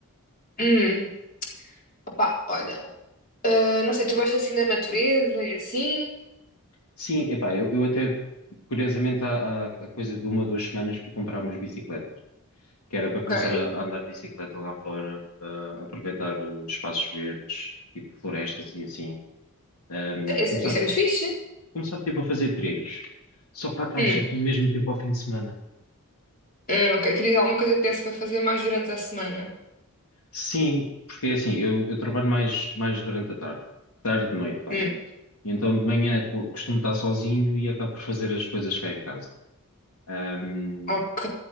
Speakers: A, on the left; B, on the left.
A: Hum, opá, olha. ah, não sei, tu gostas assim da natureza e assim?
B: Sim, epá, eu, eu até, curiosamente, há, há, há coisa de uma ou duas semanas fui comprar umas bicicletas, que era para começar
A: Ok.
B: a, a andar de bicicleta lá fora, a aproveitar eh, espaços verdes, tipo florestas e assim, ehm,
A: Isso,
B: e começar,
A: é isso é muito fixe.
B: começar tipo a fazer trilhos. Só que lá está,
A: Hum,
B: só tenho mesmo tempo ao fim de semana.
A: hum, ok, querias alguma coisa que desse para fazer mais durante a semana?
B: Sim, porque é assim, eu, eu trabalho mais, mais durante a tarde, tarde, noite, vá.
A: Hum,
B: E Então de manhã co- costumo estar sozinho e acabo por fazer as coisas cá em casa. Hum,
A: ok.